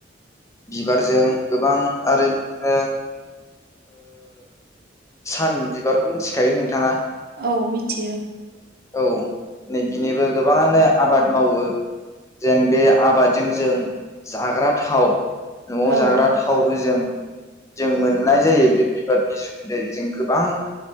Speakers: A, on the left; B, on the right.
A: बिबारजों गोबां आरो बिदिनो सान बिबारखौ मिथिखायो नोंथाङा
B: औ मिथियो
A: औ नै बिनिबो गोबाङानो आबाद मावो जेन बे आबादजों जों जाग्रा थाव न'आव
B: औ
A: जाग्रा थावबो जों जों मोननाय जायो बे बिबारनि सुबिदायै जों गोबां